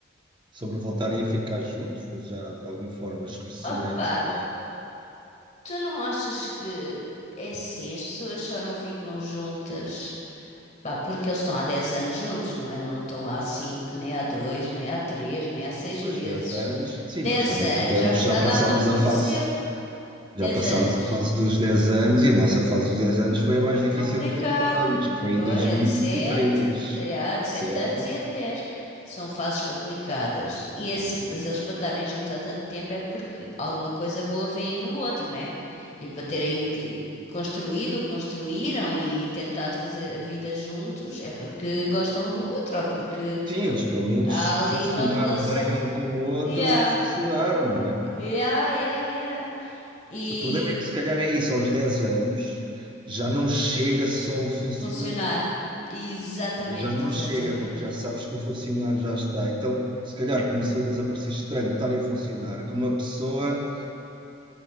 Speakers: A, on the right; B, on the left.
A: sobre voltarem a ficar juntos, Ele já de alguma forma expressou
B: Opa,
A: esse, eh,
B: tu não achas que é assim, as pessoas só não ficam juntas, pá, porque eles estão há 10 anos juntos, não é? Não estão há 5, nem há 2, nem há 3, nem há 6
A: depois
B: meses.
A: de 10 anos. Sim,
B: 10
A: nós também
B: anos
A: tivemos,
B: já,
A: já
B: já
A: passámos
B: dá para conhecer.
A: a fase,
B: dez
A: já passámos
B: anos.
A: a fase dos 10 anos e a nossa fase dos 10 anos foi a mais
B: Foi
A: difícil
B: complicada.
A: das todas, que foi
B: Foi
A: em 2023,
B: a de sete a de sete
A: certo?
B: anos e a de dez São fases complicadas. E é assim, mas eles para estarem juntos há tanto tempo é porque alguma coisa boa vem no outro, né? E para terem te- construído, o que construíram e tentado fazer a vida juntos é porque gostam do outro, ou porque
A: Sim, eles pelo menos
B: há ali
A: funcionar
B: uma relação.
A: bem um com o outro,
B: Yeah,
A: funcionaram, não é?
B: yeah, yeah, yeah. E
A: O problema é que se calhar é isso, aos 10 anos já não chega só o funcionar,
B: funcionar. Exatamente,
A: já não
B: exatamente
A: chega, porque já sabes que o funcionar já está. Então, se calhar começou-lhes a parecer estranho estarem a funcionar com uma pessoa